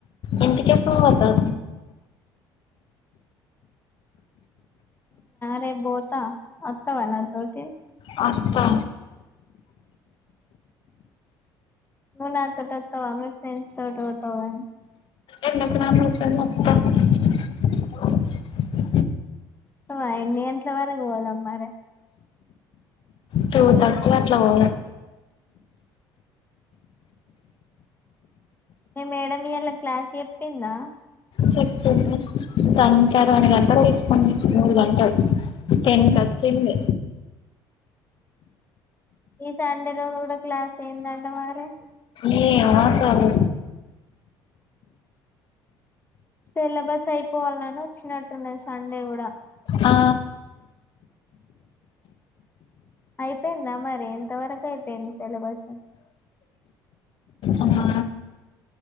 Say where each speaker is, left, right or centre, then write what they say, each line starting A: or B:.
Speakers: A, on the left (about 55°); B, on the left (about 20°).
A: ఇంటికి ఎప్పుడు పోతావ్
B: రేప్ బొతా వస్తావా నాన్ తోటి
A: వస్తా
B: నువ్వు నాతోటి వస్తావా మీ ఫ్రెండ్స్ తోటి పోతావా
A: ఎండ్ ఎక్కువా గ్రా మొత్తం <unintelligible>
B: ఉంటావా ఎన్ని గంటల వరకు పోదాం మరి
A: తూ తట్ల ఎట్లా పోదామ్
B: మీ మేడం మ్ ఇయాలా క్లాస్ చెప్పిందా
A: చెప్పింది తంటరాని గంటలు తీసుకుంది మూడు గంటలు టెన్త్ వచ్చింది
B: ఈ సండే రోజు కూడా క్లాస్ అయిందఅంట మరి
A: ఈ మెసంమ్
B: సిలబస్ అయిపోవాలని వచ్చినట్టుండది సండే కూడా
A: ఆ
B: అయిపోయిందా అ మరి ఎంత వరకు అయిపోయింది సెలబస్
A: ఆ